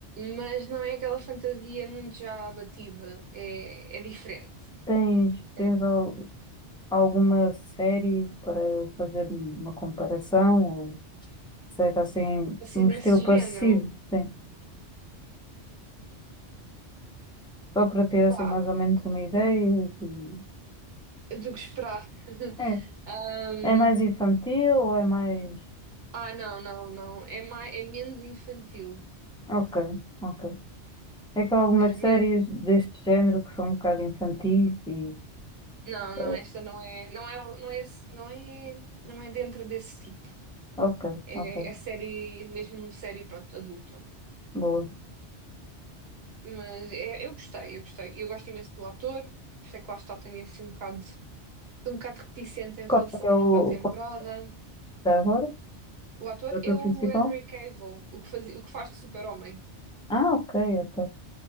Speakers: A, on the right; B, in the centre.
A: mas não é aquela fantasia muito já batida, é, é diferente.
B: Tens, tens
A: É
B: al- alguma série para fazer uma comparação? Ou seja, assim,
A: assim
B: um estilo
A: desse
B: parecido?
A: género,
B: Sim. Só para ter assim
A: pá,
B: mais ou menos uma ideia. de-
A: do que esperar. <laughs>
B: É.
A: Ahm,
B: É mais infantil ou é mais.
A: ah, não, não, não, é mais, é menos infantil.
B: Ok, ok. É que há algumas
A: É men-
B: séries deste género que são um bocado infantis e.
A: Não,
B: eh,
A: não, esta não é, não é, não é, esse- não é, não é dentro desse tipo.
B: Ok,
A: É,
B: ok.
A: é série, mesmo série, pronto, adulta.
B: Boa.
A: Mas é- eu gostei, eu gostei. Eu gosto imenso do ator, por isso é que lá está, tenho assim um bocado, um bocado reticente em
B: Qual
A: relação
B: é que é
A: à
B: o
A: nova temporada.
B: qual é que é agora?
A: O ator
B: O ator
A: é
B: principal?
A: o Henry Cavill, o que faz, o que faz de super-homem.
B: Ah, ok, ok.